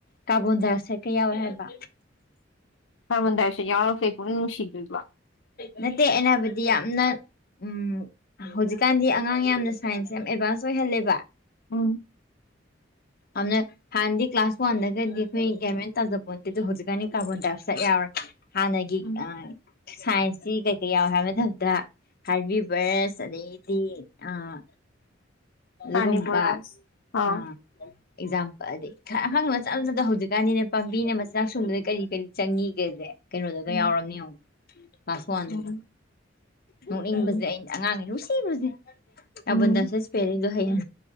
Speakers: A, on the left; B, on the left.
A: ꯀꯥꯕꯣꯟꯗꯥꯔꯁꯦ ꯀꯩꯌꯥꯎꯋꯦ ꯍꯥꯏꯕ
B: ꯍꯔꯃꯟꯗꯔꯁ ꯌꯥꯎꯔ ꯐꯦ ꯄꯨ ꯅꯨꯡꯁꯤꯗꯣꯏꯕ
A: ꯅꯠꯇꯦ ꯑꯅꯥꯕꯨꯗꯤ ꯌꯥꯝꯅ ꯎꯝ ꯍꯧꯖꯤꯛꯀꯥꯟꯗꯤ ꯑꯉꯥꯡ ꯌꯥꯝꯅ ꯁꯥꯏꯟꯁ ꯌꯥꯝ ꯑꯦꯗꯚꯥꯟꯁ ꯑꯣꯏꯍꯜꯂꯦꯕ
B: ꯑꯝ
A: ꯑꯅ ꯍꯥꯟꯅꯗꯤ ꯀ꯭ꯂꯥꯁ ꯋꯥꯟꯗꯒꯗꯤ ꯑꯩꯈꯣꯏ ꯒꯃꯦꯟ ꯇꯥꯖꯕꯗ ꯍꯧꯖꯤꯛꯀꯥꯟꯅꯤ ꯀꯥꯔꯕꯣꯟ ꯇꯥꯏꯞꯇꯛ ꯌꯥꯎꯔꯦ ꯍꯥꯟꯅꯒꯤ
B: ꯎꯝ
A: ꯁꯥꯏꯟꯁꯁꯤ ꯀꯩꯀꯩ ꯌꯥꯎꯋꯦ ꯍꯥꯏꯕ ꯃꯇꯝꯗ ꯍꯥꯏꯕꯤꯕꯁ ꯑꯗꯩꯗꯤ ꯑꯥ ꯑꯗꯨ
B: ꯀꯥꯔꯅꯤꯕꯣꯔꯁ
A: ꯀꯝꯕ
B: ꯑꯥꯎ
A: ꯑ ꯑꯦꯛꯖꯥꯝꯄꯜ ꯑꯗꯩ ꯈ ꯑꯉꯥꯡ ꯃ ꯆꯠ ꯑꯃꯗ ꯍꯧꯖꯤꯛꯀꯥꯟꯗꯤꯅꯦ ꯄꯥꯝꯕꯤꯅ ꯃꯆꯥꯛ ꯁꯨꯡꯕꯗ ꯀꯔꯤ ꯀꯔꯤ ꯆꯪꯏ ꯦꯁꯦ ꯀꯩꯅꯣꯗꯨꯒ
B: ꯎꯝ
A: ꯌꯥꯎꯔꯝꯅꯦ ꯀ꯭ꯂꯥꯁ ꯋꯥꯟꯗꯨꯒ
B: ꯎꯝ
A: ꯅꯣꯛꯅꯤꯡꯕꯁꯦ
B: ꯎꯝ
A: ꯑ ꯑꯉꯥꯡꯅꯤꯅꯨꯡ ꯁꯤꯔꯨꯁꯦ ꯅꯥꯕꯟꯗ
B: ꯎꯝ
A: ꯁꯁꯄꯦꯔꯏꯗꯣ ꯍꯩꯌꯦ